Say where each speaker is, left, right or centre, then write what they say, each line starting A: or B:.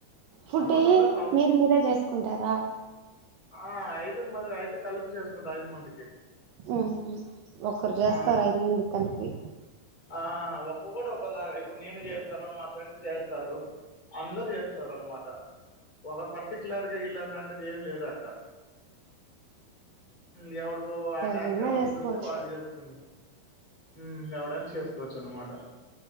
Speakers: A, on the right; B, on the left.
A: ఫుడ్
B: ఆల్మోస్ట్
A: అయ్యి
B: అందరు సాఫ్ట్
A: మీరు మీరే చేసుకుంటారా
B: ఆ ఐదురు మది ఐదు కలిపి చేేసుకుంటా ఐదు మందికి
A: ఉమ్మ్ ఒకరు చేస్తారు
B: ఆ,
A: ఐదు మందికి కలిపి
B: ఆ ఒక్కొక్కడు ఒక్కోలాగా ఇప్పుడు నేను చేస్తాన్న మా ఫ్రెండ్స్ చేస్తారు అందరు చేస్తారు అనమాట ఒక పర్టిక్యులర్‌గా ఇళ్లు అన్నంటది ఏం లేదు అక్కడ ఉమ్ ఎవడుకో ఆ
A: ఎవరైనా
B: టైయనికి ఎవడు
A: చేసుకోవచ్చు
B: కుదిరితే వాడు చేసుకుని ఉమ్మ్ ఎవడ చేసుకోవచ్చు అనమాట